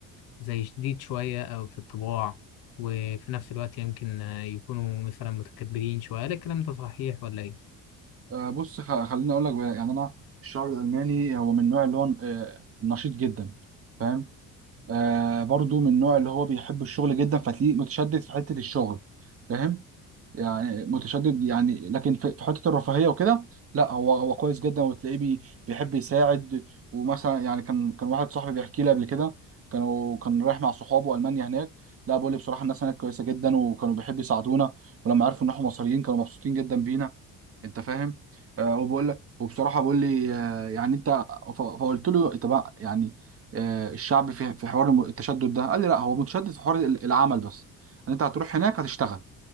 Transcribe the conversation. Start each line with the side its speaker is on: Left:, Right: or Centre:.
Left: زي شديد شوية أو في الطباع وفي نفس الوقت يمكن آه، يكونوا مثلا متكبرين شوية هل الكلام ده صحيح ولا إيه؟
Right: آه، بص خ- خليني اقول لك بقى، يعني انا الشعب الالماني هو من النوع اللي هو آه، نشيط جدا فاهم آه برضو من النوع اللي هو بيحب الشغل جدا فتلاقيه متشدد في حتة الشغل فاهم يعني متشدد يعني لكن في في حتة الرفاهية وكده لا هو هو كويس جدا وتلاقيه بي بيحب يساعد ومثلا يعني كان كان واحد صاحبي بيحكي لي قبل كده كانوا كان رايح مع صحابه ألمانيا هناك لا بقول لي بصراحة الناس هناك كويسة جدا وكانوا بيحبوا يساعدونا ولما عرفوا ان احنا مصريين كانوا مبسوطين جدا بينا انت فاهم آه وبقول لك وبصراحه بقول لي آه يعني انت ف- فقلت له طب يعني آه الشعب في في حوار الم- التشدد ده قال لي لا هو متشدد في حوار ال- العمل بس ان انت هتروح هناك هتشتغل